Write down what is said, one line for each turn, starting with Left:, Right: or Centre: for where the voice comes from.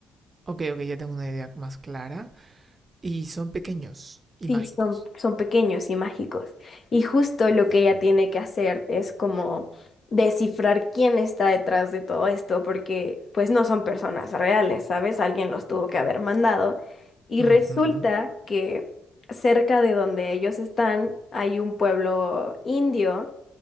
Right: ok, ok, ya tengo una idea más clara. Y son pequeños y
Left: Sí,
Right: mágicos.
Left: son, son pequeños y mágicos. Y justo lo que ella tiene que hacer es como descifrar quién está detrás de todo esto, porque pues no son personas reales, ¿sabes? Alguien los tuvo que haber mandado. Y
Right: Ujú,
Left: resulta que cerca de donde ellos están hay un pueblo indio